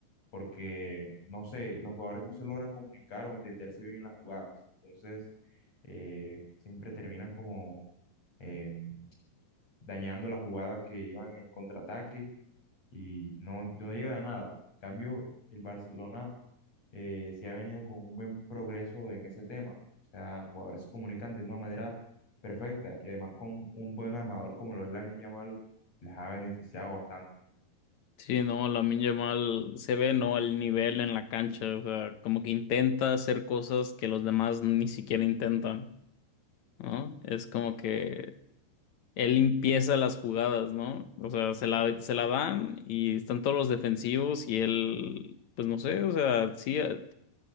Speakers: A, on the left; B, on the left.
A: porque, no sé, los jugadores no se logran comunicar o entenderse bien en las jugadas, entonces eh, siempre terminan como... eh, dañando la jugada que iban en el contraataque y no, no llega a nada. En cambio, el Barcelona eh, sí ha venido con un buen progreso en ese tema. O sea, los jugadores se comunican de una manera perfecta y además con un buen armador como lo es Lamine Yamal, les ha beneficiado bastante.
B: sí, no, Lamine Yamal se ve, ¿no? El nivel en la cancha, o sea, como que intenta hacer cosas que los demás ni siquiera intentan, ¿no? Es como que él empieza las jugadas, ¿no? O sea, se la, se la dan y están todos los defensivos y él, pues no sé, o sea, sí, eh,